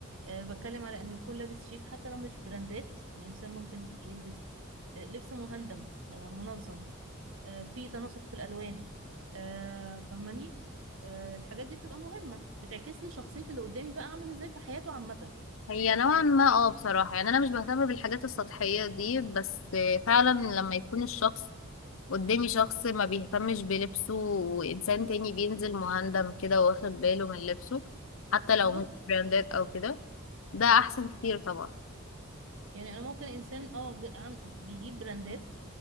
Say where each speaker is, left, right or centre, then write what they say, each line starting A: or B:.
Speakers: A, on the right; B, on the left.
A: آه، بتكلم على انه يكون لابس شيك حتى لو مش براندات الانسان ممكن يلبس آه، لبس مهندم آه، منظم آه، في تناسق في الالوان آه، فاهماني آه، الحاجات دي بتبقى مهمة بتعكس لي شخصية اللي قدامي بقى عامل ازاي في حياته عامة
B: هي نوعا ما اه بصراحة يعني أنا مش بهتم بالحاجات السطحية دي بس فعلا لما يكون الشخص قدامي شخص ما بيهتمش بلبسه وإنسان تاني بينزل مهندم كده واخد باله من لبسه حتى لو
A: بالظبط
B: مش براندات أو كده ده أحسن كتير طبعا
A: يعني انا ممكن انسان اه ب- عن- بيجيب براندات